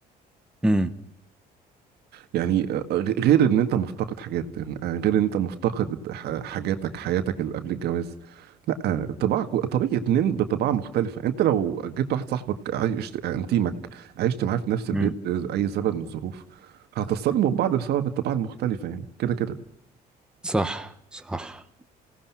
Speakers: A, in the centre; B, on the right (about 75°).
A: امم
B: يعني آه، غ- غير ان انت مفتقد حاجات يعني آه، غير ان انت مفتقد ح- حاجاتك حياتك اللي قبل الجواز لا آه، طباعك طبيعي اتنين بطباعة مختلفة انت لو جبت واحد صاحبك عايش آه، انتيمك عشت معاه في نفس البيت
A: امم
B: آه، اي سبب من الظروف هتتصدموا ببعض بسبب الطباع المختلفة يعني كده كده
A: صح صح